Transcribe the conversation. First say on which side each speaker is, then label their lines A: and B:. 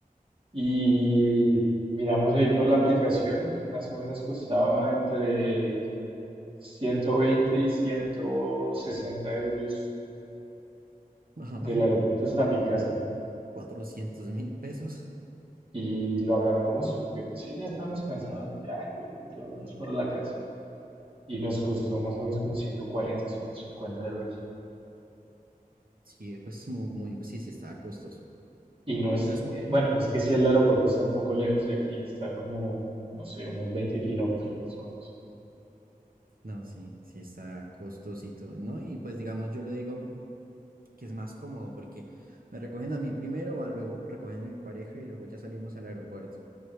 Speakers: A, on the right (about 35°); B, on the right (about 70°).
A: Y miramos ahí por la aplicación y más o menos costaba entre 120 y 160 euros
B: <laughs>
A: del aeropuerto hasta mi casa.
B: cuatrocientos mil pesos.
A: Y lo agarramos porque pues sí, ya estábamos cansados, ya, y todos para la casa. Y nos costó más o menos como ciento cuarenta ciento cincuenta euros.
B: Sí, pues mu- muy, sí, sí está costoso.
A: Y no es,
B: Entonces,
A: bueno, pues que si el aeropuerto está un poco lejos de aquí, está como, no sé, unos 20 kilómetros más o menos.
B: no, sí, sí está costosito, ¿no? Y pues digamos, yo le digo que es más cómodo porque me recogen a mí primero, ah, luego recogen a mi pareja y luego ya salimos al aeropuerto.